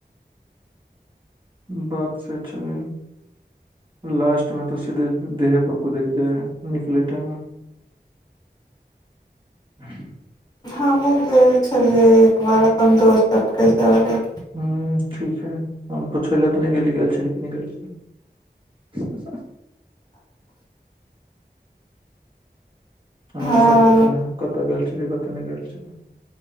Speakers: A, on the right; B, on the left.
A: बात से छैल। लास्ट मे ते सीधे देहे ओय कूदेक जाय निकलै टाइममे। ह
B: हमु गेल छलियै एक बार अपन दोस्त सबके सारे।
A: में ह ठीक छै हम पूछैलए ते ने गेली गेल छली कि ने गेल छली। हमरा
B: हँ
A: सब पता हय कता गेल ये कतो ने गेल छै।